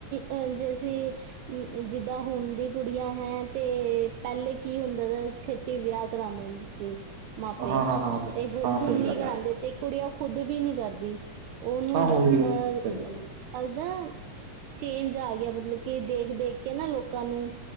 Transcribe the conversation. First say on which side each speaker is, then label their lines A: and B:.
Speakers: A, on the right; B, on the right.
A: ਉੰਝ ਅਸੀਂ। ਜਿੱਦਾਂ ਹੁਣ ਦੀ ਕੁੜੀਆਂ ਹੈ ਤੇ ਪਹਿਲੇ ਕੀ ਹੁੰਦਾ। ਛੇਤੀ ਵਿਆਹ ਕਰਾ ਦੇਂਦੇ ਸੀ। ਮਾਪੇ
B: ਹਾਂ, ਹਾਂ, ਹਾਂ,
A: ਤੇ ਹੁਣ
B: ਹਾਂ ਸਹੀ
A: ਨੀ
B: ਗੱਲ
A: ਕਰਾਉਂਦੇ।
B: ਹੈ।
A: ਤੇ ਕੁੜੀ ਉਹ ਖੁਦ ਵੀ ਨੀ ਕਰਦੀ ਉਹਨੂੰ
B: ਹਾਂ ਹੁਣ ਵੀ
A: ਅਹ।
B: ਸਹੀ ਗੱਲ ਹੈ।
A: ਲਗਦਾ ਚੇਂਜ ਆ ਗਿਆ ਮਤਲਬ ਕਿ ਦੇਖ ਦੇਖ ਕੇ ਨਾ ਲੋਕਾਂ ਨੂੰ।